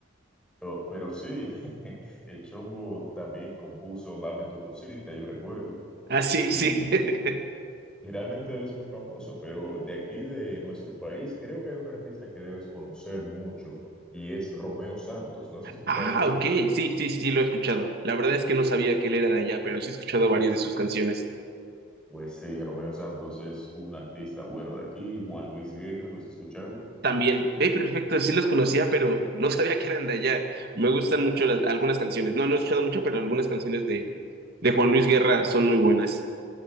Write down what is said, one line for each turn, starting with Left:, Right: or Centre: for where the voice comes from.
Centre: Pero, pero sí, <laughs> el Chombo también compuso Dame tu cosita, yo recuerdo,
Right: Ah, sí,
Centre: y,
Right: sí. <laughs>
Centre: y realmente él es muy famoso, pero de aquí de nuestro país creo que hay un artista que debes conocer mucho y es Romeo Santos, ¿no has escuchado
Right: Ah,
Centre: de
Right: ok,
Centre: él?
Right: sí, sí, sí, sí, lo he escuchado. La verdad es que no sabía que él era de allá, pero sí he escuchado varias de sus canciones.
Centre: Pues sí, Romeo Santos es un artista bueno de aquí, Juan Luis Guerra, ¿los has escuchado?
Right: También, ve, perfecto, sí los conocía, pero no sabía que eran de allá. Me gustan mucho las- algunas canciones. No, no he escuchado mucho, pero algunas canciones de, de Juan Luis Guerra son muy buenas.